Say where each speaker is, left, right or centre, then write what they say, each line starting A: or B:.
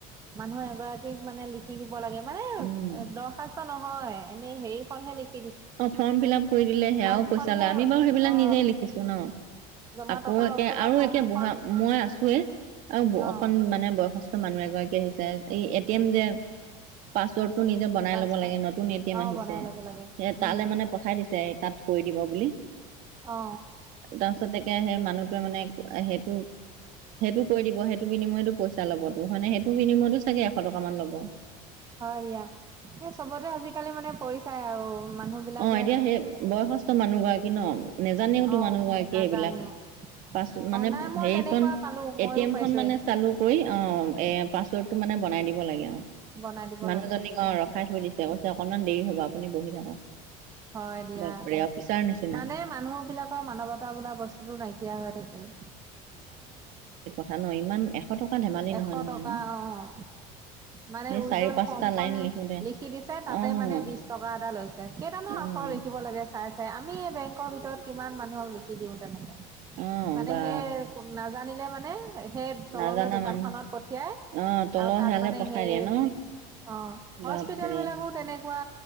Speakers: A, on the right; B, on the right.
A: মানুহ এগৰাকীক মানে লিখি দিব লাগে। মানে
B: উম
A: দৰ্খাস্ত নহয় এনেই হেৰিখনহে লিখ।
B: অ ফৰ্ম ফিল আপ কৰি দিলে সেয়াও
A: ফৰ্মখনহে
B: পইচা লয় আমি বাৰু সেইবিলাক
A: অ
B: নিজেই লিখিছো ন।
A: জমা
B: আকৌ
A: টকা
B: একে
A: উঠোৱা
B: আৰু
A: ফৰ্মখন
B: একে বুঢ়া মই আছোৱেই। আৰু
A: অ
B: অকন মানে বয়সস্থ মানুহ এগৰাকী আহিছে এই এটি এম যে। পাছৱৰ্ডটো নিজে বনাই
A: পাছপৰ্ট
B: লব লাগে নতুন এ টি এম
A: অ
B: আহিছে।
A: বনাই ল'ব লাগে
B: সে তালে
A: উম
B: মানে পঠাই দিছে তাত কৰি দিব বুলি।
A: অ
B: তাৰপিছতে সেই মানুহটোৱে মানে সেইটো। সেইটো কৈ দিব সেইটো বিনিময়তো পইচা লব সেইটো বিনিময়তো চাগে এশ টকামান ল'ব।
A: হয় দিয়া এই চবতে আজিকালি মানে পইছাই আৰু। মানুহ বিলাকে
B: অহ এতিয়া সেই বয়সস্থমানুহ গৰাকী ন নেজানেও তো
A: অ
B: মানুহ গৰাকী
A: নাজানেও
B: সেইবিলাক। পাছ মানে
A: অ নাই মই
B: হেখন
A: তেনেকুৱা পালো মইও
B: এটি এম
A: পাইছো
B: খ মানে
A: এদিন
B: চালু কৰি অ এ পাছৰ্ড। মানে বনাই দিব লাগে আৰু
A: বনাই দিব
B: মানুহজনী
A: লাগে
B: অ ৰখাই থৈ দিছে কৈছে অকনমান দেৰি হ'ব। আপুনি বহি থাকক।
A: হয় দিয়া
B: বাপৰে অফিচাৰ নিচিনা
A: মানে মানুহ বিলাকৰ মানৱতা বোলা বস্তুতো নাইকিয়া সীয়া হৈ থাকে।
B: ভাল নহয় ইমান। এশ টকা ধেমালি
A: এশ
B: নহয় নহয়
A: টকা
B: ন
A: অঁহ। মানে
B: এই
A: উইডল
B: চাৰি পাঁচটা
A: ফৰ্মখন
B: লাইন লিখোতে
A: লিখি দিছে
B: অ',
A: তাতে মানে বিশ টকা এটা লৈছে কেইটানো।
B: অ',
A: আখৰ লিখিব লাগে চাই চাই আমি। আমি বেংকৰ ভিতৰত কিমান মানুহৰ লিখি দিওঁ তেনেকে
B: অ',
A: মানে
B: বা
A: সে নাজানিলে। মানে সেই তললৈ
B: নাজানা
A: দোকানখনত
B: মানুহ
A: পঠিয়াই
B: অ', তলৰ
A: আৰু তাত
B: সেয়ালে
A: মানে
B: পঠাই
A: সেই।
B: দিয়ে ন?
A: অহ হস্পিতেল
B: বাপৰে
A: বিলাকো তেনেকুৱা।